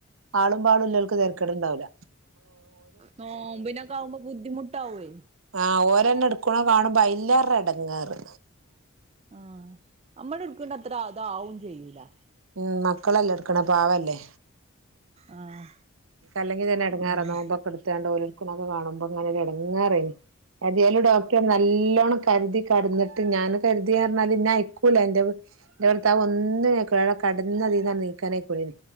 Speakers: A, on the right (about 75°); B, on the right (about 30°).
A: ആളും പാളും ഉള്ളോൽക്ക് തെരക്കെട്ണ്ടാവുല്ല
B: നോമ്പിനൊക്കെ ആവുമ്പോ ബുദ്ധിമുട്ട് ആവുവേ
A: ആഹ് ഓരെന്നെ എടുക്കുന്ന കാണുമ്പോ അതിലേറെ ഇടങ്ങേറ്
B: ആഹ് നമ്മൾ എടുക്കണ അത്ര അതു ആവുകയും ചെയൂല്ലാ ഇല്ലാ
A: ഉം മക്കൾ അല്ലെ എടുക്കണേ പാവല്ലേ
B: ആഹ്
A: അല്ലെങ്കിൽ തന്നെ എടങ്ങാറാ
B: അതന്നെ
A: നോമ്പ് ഒക്കെ എടുത്തയൊണ്ട് ഒക്കെ കാണുമ്പോ ഇടങ്ങേറ് ആയിനു എതായാലും ഡോക്ടർ നല്ലോണം കരുതി കിടന്നിട്ട് ഞാൻ കരുതിയ കാരണം എന്നെ അയക്കൂല്ലാ എന്റെ വീ എന്റെ ഭർത്താവ് ഒന്നിനും അയക്കുല്ല കിടന്ന് അതിൽന്നു എണീക്കാനായി പോയിന്